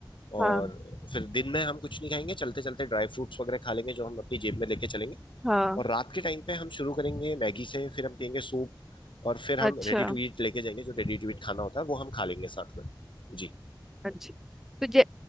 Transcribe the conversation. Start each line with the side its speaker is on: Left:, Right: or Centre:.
Centre: हाँ
Left: और फिर दिन में हम कुछ नहीं खाएंगे चलते चलते ड्राई फ्रूट्स वगैरह खा लेंगे जो हम अपनी जेब में लेके चलेंगे
Centre: हाँ
Left: और रात के टाइम पे हम शुरू करेंगे मैगी से फिर हम पियेंगे सूप और फिर
Centre: अच्छा
Left: हम रेडी टू ईट लेके जाएंगे जो रेडी टू ईट खाना होता है वो हम खा लेंगे साथ में जी
Centre: अच्छा तो जै,